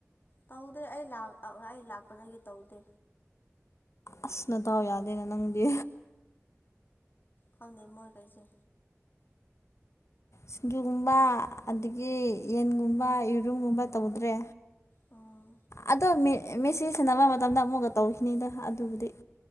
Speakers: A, on the left (about 40°); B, on the left (about 65°).
A: ꯇꯧꯗꯦ ꯑꯩ ꯂꯥꯛ ꯑꯩ ꯂꯥꯛꯄꯗꯒꯤ ꯇꯧꯗꯦ꯫
B: ꯑꯁ ꯅꯗꯥꯎ ꯌꯥꯗꯦꯅ ꯅꯪꯗꯤ꯫
A: ꯈꯪꯗꯦ ꯃꯣꯏꯈꯩꯁꯦ꯫
B: ꯁꯤꯡꯖꯨꯒꯨꯝꯕ ꯑꯗꯒꯤ ꯌꯦꯟꯒꯨꯝꯕ ꯌꯦꯔꯨꯝꯒꯨꯝꯕ ꯇꯧꯗ꯭ꯔꯦ꯫
A: ꯎꯝ
B: ꯑꯗꯣ ꯃꯦ ꯃꯦꯁꯤ ꯁꯥꯟꯅꯕ ꯃꯇꯝꯗ ꯑꯃꯨꯛꯀ ꯇꯧꯈꯤꯅꯤꯗ ꯑꯗꯨꯕꯨꯗꯤ꯫